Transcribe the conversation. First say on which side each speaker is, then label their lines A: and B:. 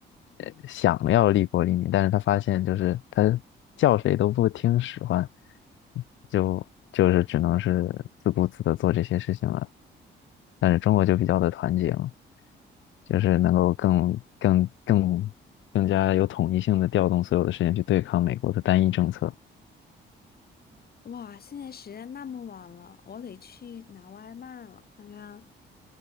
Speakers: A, on the left; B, on the left.
A: 呃想要利国利民，但是他发现就是他叫谁都不听使唤。就就是只能是自顾自的做这些事情了。但是中国就比较的团结嘛，就是能够更更更更加有统一性的调动所有的事情去对抗美国的单一政策。
B: 哇，现在时间那么晚了，我得去拿外卖了。刚刚